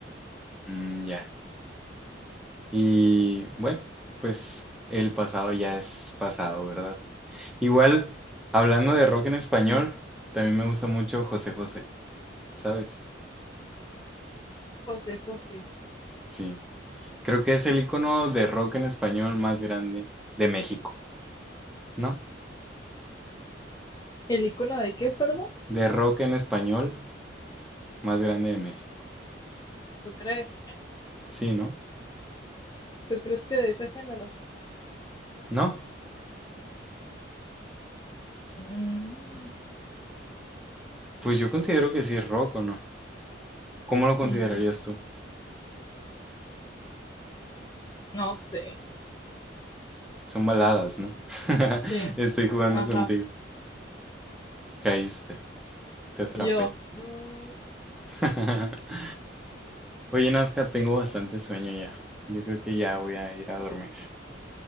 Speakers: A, in the centre; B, on the left.
A: Mm, ya. Y bueno, pues el pasado ya es pasado, ¿verdad? Igual, hablando de rock en español, también me gusta mucho José José, ¿sabes?
B: José José.
A: Sí. Creo que es el icono de rock en español más grande de México, ¿no?
B: ¿El icono de qué, perdón?
A: De rock en español más grande de México.
B: ¿Tú crees?
A: Sí, ¿no?
B: ¿Tú crees que de ese género?
A: ¿No?
B: Mm,
A: Pues yo considero que sí es rock o no. ¿Cómo lo considerarías
B: mm,
A: tú?
B: no sé.
A: Son baladas, ¿no? <laughs>
B: Sí.
A: Estoy jugando
B: Ajá.
A: contigo. Caíste, te atrapé.
B: Yo. mm,
A: <laughs> Oye, Nazca, tengo bastante sueño ya. Yo creo que ya voy a ir a dormir.